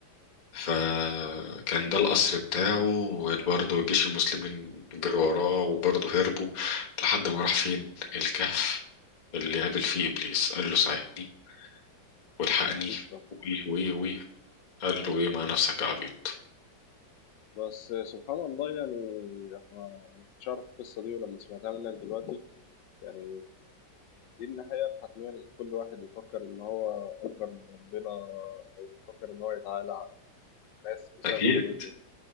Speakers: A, on the left; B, on the left.
A: فكان ده القصر بتاعه وبرضه جيش المسلمين جروا وراه وبرضه هربوا لحد ما راح فين الكهف اللي قابل فيه إبليس قال له ساعدني والحقني
B: بيسرا
A: ويه ويه ويه قال له ايه مع نفسك يا عبيط
B: بس سبحان الله يعني احنا انا ما كنتش اعرف القصه دي ولما سمعتها منك دلوقتي يعني دي النهاية الحتمية لكل واحد يفكر إن هو أكبر من ربنا أو يفكر إن هو يتعالى على الناس بسبب
A: أكيد
B: قوته